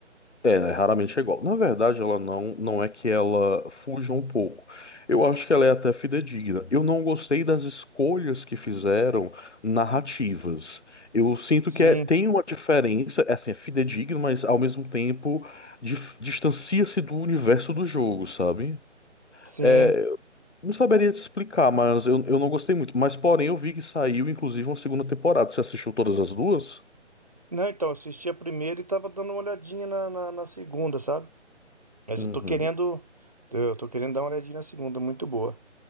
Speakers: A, on the left (about 65°); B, on the right (about 30°).
A: É, né, raramente é igual. Na verdade, ela não, não é que ela fuja um pouco. Eu acho que ela é até fidedigna. Eu não gostei das escolhas que fizeram narrativas. Eu sinto
B: Sim,
A: que é- tem uma diferença, é assim, é fidedigno, mas ao mesmo tempo dif- distancia-se do universo do jogo, sabe?
B: sim.
A: É, eu não saberia te explicar, mas eu, eu não gostei muito. Mas, porém, eu vi que saiu, inclusive, uma segunda temporada. Você assistiu todas as duas?
B: Não, então, eu assisti a primeira e tava dando uma olhadinha na, na, na segunda, sabe? Mas
A: Uhum,
B: eu tô querendo. Eu tô querendo dar uma olhadinha na segunda, muito boa.